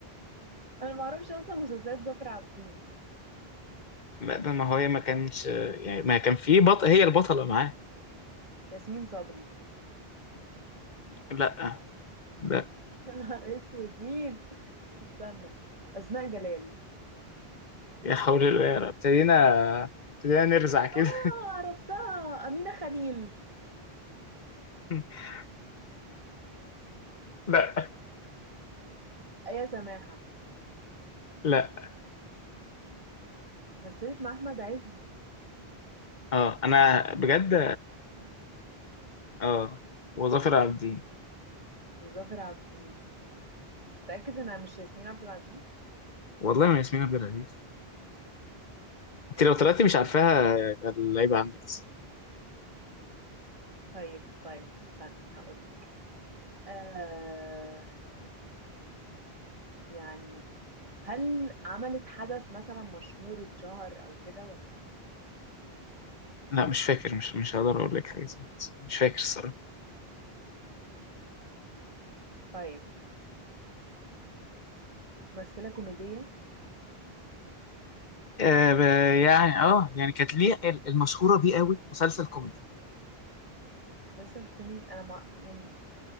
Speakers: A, on the right; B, on the left.
A: انا ما اعرفش اصلا مسلسلات ظافر عابدين
B: ما ما هو هي ما كانش يعني ما كان في بط... هي البطلة معاه
A: ياسمين صبري <laughs>
B: لا لا
A: يا نهار اسود مين استنى اسماء جلال
B: يا حول الله يا رب ابتدينا ابتدينا نرزع كده
A: اه عرفتها أمينة خليل
B: <laughs> لا
A: يا سماحة
B: لا
A: مثلت مع أحمد عز
B: اه انا
A: و- ومع
B: بجد
A: كريم عبد العزيز
B: اه وظافر العابدين
A: وظافر عابدين متأكد إنها مش ياسمين عبد العزيز
B: والله ما ياسمين عبد العزيز انت لو طلعتي مش عارفاها يبقى اللعيبة عندك الصراحة
A: طيب طيب طيب، استنى هقولك آه يعني هل عملت حدث مثلا مشهور اتشهر أو كده ولا لأ؟
B: لا مش فاكر مش مش هقدر اقول لك حاجة اسمها- مش فاكر الصراحة
A: طيب ممثلة كوميدية
B: آه، ب- يعني اه يعني كانت ليه ال- المشهوره بيه قوي مسلسل كوميدي
A: مسلسل كوميدي أنا مع... يعني